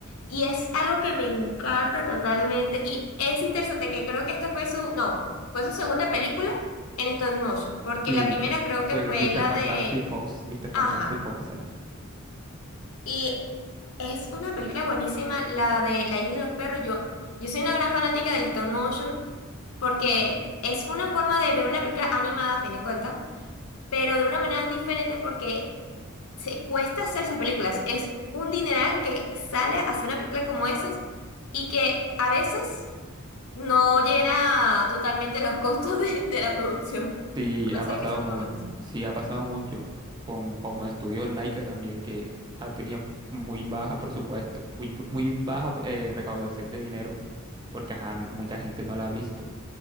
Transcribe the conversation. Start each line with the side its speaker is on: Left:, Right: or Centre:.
Left: Y es algo que me encanta totalmente. Y es interesante que creo que esta fue su, no, fue su segunda película en stop motion, porque
Right: Sí,
Left: la primera creo que
Right: pues
Left: fue
Right: Mr.
Left: la
Right: Fantastic
Left: de,
Right: Fox, Mr. Fantastic
Left: ajá.
Right: Fox,
Left: Y es una película buenísima, la de La Isla de los Perros. Yo, yo soy una gran fanática del stop motion, porque es una forma de ver una película animada, a fin de cuentas, pero de una manera diferente porque se cuesta hacer esas películas. Es un dineral que sale a hacer una película como esas y que a veces no llena totalmente los costos de, de la producción,
Right: Sí,
Left: a pesar
Right: ha pasado
Left: que son
Right: muy,
Left: muy buenas.
Right: sí, ha pasado mucho. Como, como estudió Laika también, que ha tenido muy baja presupuesto, muy, muy baja eh, recaudación de dinero, porque ajá, mucha gente no la ha visto.